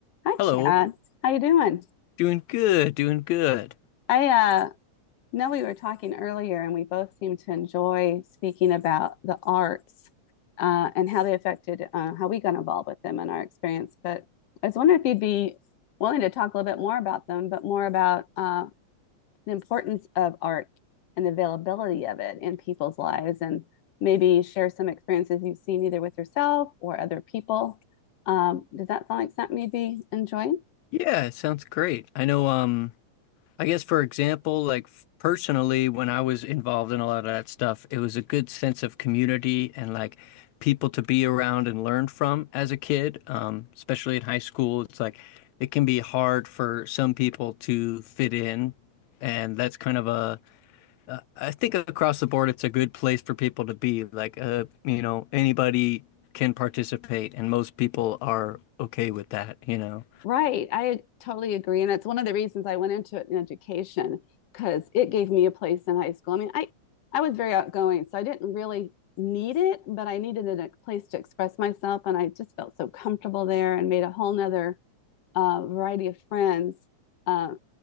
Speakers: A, on the left; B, on the left.
A: Hi, Chad.
B: Hello,
A: How you doing?
B: doing good, doing good.
A: I uh, know we were talking earlier, and we both seem to enjoy speaking about the arts uh, and how they affected uh, how we got involved with them and our experience. But I was wondering if you'd be willing to talk a little bit more about them, but more about uh, the importance of art and the availability of it in people's lives, and maybe share some experiences you've seen either with yourself or other people. Um, does that sound like something you'd be enjoying?
B: Yeah, it sounds great. I know, um, I guess for example, like f- personally, when I was involved in a lot of that stuff, it was a good sense of community and like people to be around and learn from as a kid, um, especially in high school. It's like it can be hard for some people to fit in, and that's kind of a I think across the board, it's a good place for people to be. Like, uh, you know, anybody can participate, and most people are okay with that, you know.
A: Right. I totally agree. And that's one of the reasons I went into it in education because it gave me a place in high school. I mean, I, I was very outgoing, so I didn't really need it, but I needed a place to express myself. And I just felt so comfortable there and made a whole nother uh, variety of friends uh,